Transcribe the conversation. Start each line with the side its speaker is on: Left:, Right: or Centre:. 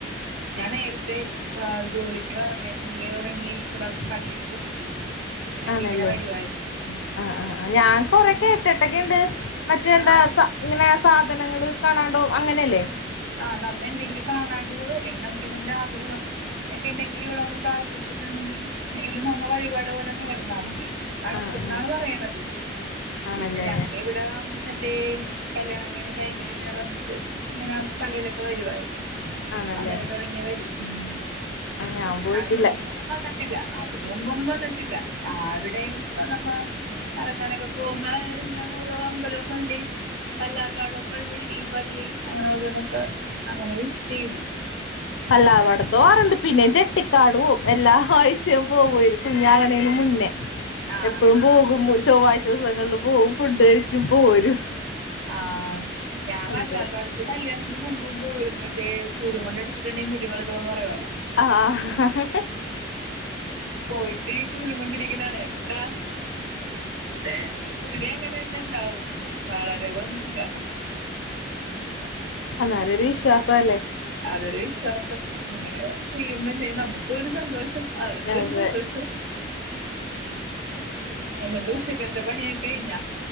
Right: ഞാൻ നേരത്തെ ആ ജോലിക്ക് വരണേനുമുന്നേ തൊടങ്ങി ഇവിടെ പള്ളിയില് പോകു <unintelligible> എടക്കിങ്ങനെ
Left: ആണല്ലേ
Right: വരുവായിരുന്നു ഉം
Left: ആഹ് ആഹ് ഞാൻ കൊറേ കേട്ടിട്ടൊക്കെ ഉണ്ട് മറ്റെ എന്താ
Right: ആ അച്ഛൻ
Left: സ ഇങ്ങനെ സാധനങ്ങള് കാണാണ്ടുപോം അങ്ങനെയല്ലേ?
Right: ആ നമ്മ എന്തെങ്കിലും കാണാണ്ടുപോവോ ഇല്ലെങ്കിൽ നമുക്ക് എന്തെങ്കിലും ആഗ്രഹം ഒക്കെ ഇണ്ടെങ്കി ഇവിടെവന്ന് പ്രാർത്ഥിച്ചിട്ടുണ്ടെങ്കില് ഇത് നമ്മ വഴിപാട് പോലെ നേർന്നാ മതി. നടക്കുന്നാണ്
Left: ആഹ് ആഹ്
Right: പറയണത്
Left: ആണല്ലേ
Right: പിന്നെ ഞങ്ങ ഇവിടെ <unintelligible> കല്യാണം കഴിഞ്ഞ ടൈമില് ഇങ്ങനെ വന്നിട്ട് ഇങ്ങന പള്ളിയിലൊക്കെ വരുവായിരുന്നു.
Left: ആണല്ലേ
Right: അന്നേരം തൊടങ്ങി വരും ഉം
Left: ഞാൻ പോയിട്ടില്ല
Right: അതിനു മുമ്പൊന്നും വന്നിട്ടില്ല. അതിന് മുമ്പൊന്നും വന്നിട്ടില്ല. ആ എവിടെങ്കിലും ഇപ്പൊ നമ്മ കറങ്ങാനൊക്കെ പോകുമ്പോഴെല്ലാം ഓരോ അമ്പലവും പള്ളിം വല്ലാർ പാടംപ്പള്ളി ഈ പള്ളി അങ്ങനെ ഓരോന്നും അങ്ങനെ വിസിറ്റ് ചെയ്യും.
Left: വല്ലാർപാടത്തോറണ്ട് പിന്നെ ചെ കുട്ടിക്കാടുപോവും എല്ലാ ആഴ്ചയും പോവരുന്നു കുഞ്ഞാകണേന് മുന്നേ.
Right: ആ
Left: എപ്പഴും പോകും മു ചൊവ്വാഴ്ചവിസങ്ങളിൽ പോവും ഫുഡ് കഴിക്കും പോരും.
Right: ആഹ് ഞാൻ വല്ലാർപാടത്ത്
Left: അങ്ങനെ
Right: കല്യാണത്തിന് മുമ്പും പോവുരുന്നു മറ്റേ ചൂലും കൊണ്ടടിച്ചിട്ടണ്ടെ മുടി വളരുന്ന് പറയോല്ല.
Left: ആഹ് ആഹ്.
Right: പോയിട്ട് ചൂലുകൊണ്ടിരിക്കലാല്ലേ എവ്ട് <unintelligible> മുടി അങ്ങനെന്നെണ്ടാവും വള ഇടല് ഒന്നൂല്ല
Left: അന്നേരം ഒരു വിശ്വാസല്ലേ
Right: അ ഒരു വിശ്വാസം. അങ്ങനെ ചെയ്യുമ്പ നമുക്കും ഒരു സന്തോഷം അവർക്കും ഒരു
Left: അതെ
Right: സന്തോഷം എന്നിട്ട് ഉച്ചക്കത്തെ പണി കഴി കയ്ഞ്ഞാ?